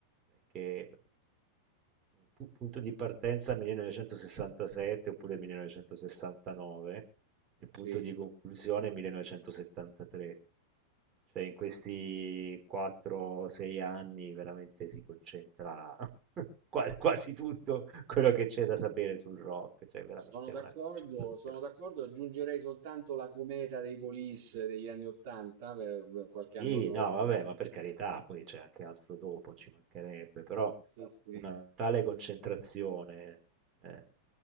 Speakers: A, on the right; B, on the right.
A: che pu- punto di partenza 1967 oppure 1969 e punto
B: Sì,
A: di conclusione 1973. Cioè in questi 4-6 anni veramente si concentra <laughs> qua- quasi tutto quello che c'è da sapere sul rock, cioè veramente
B: sono d'accordo,
A: una concentrazione.
B: sono d'accordo, aggiungerei soltanto la cometa dei Police degli anni Ottanta, per, per qualche
A: Sì,
B: anno dopo.
A: no, vabbè, ma per carità, poi c'è anche altro dopo, ci mancherebbe, però
B: Sì, sì.
A: una tale concentrazione. eh,